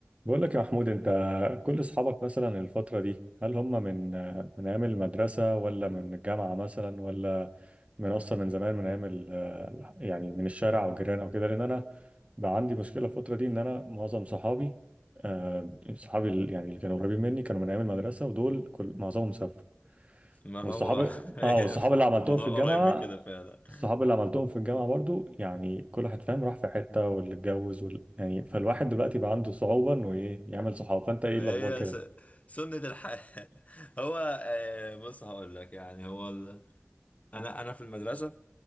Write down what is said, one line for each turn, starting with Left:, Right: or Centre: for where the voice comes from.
Right: بقول لك يا محمود انت كل اصحابك مثلا الفترة دي هل هم من من ايام المدرسة ولا من الجامعة مثلا ولا من اصلا من زمان من ايام ال- يعني من الشارع او جيران او كده لان انا بقى عندي مشكلة الفترة دي ان انا معظم صحابي آه، صحابي ال- يعني اللي كانوا قريبين مني كانوا من ايام المدرسة ودول كل معظمهم سافروا
Left: ما
Right: والصحاب
Left: هو <laughs> هي
Right: اه والصحاب اللي عملتهم
Left: الموضوع
Right: في الجامعة
Left: قريب من كده فعلا
Right: الصحاب اللي عملتهم في الجامعة برضو يعني كل واحد فاهم راح في حتة واللي اتجوز وال... يعني فالواحد دلوقتي بقى عنده صعوبة انه ايه يعمل صحاب فانت ايه
Left: ما
Right: الاخبار
Left: هي
Right: كده
Left: س... سنة الحياة <laughs> هو آه، بص هقول لك يعني هو ال... انا انا في المدرسة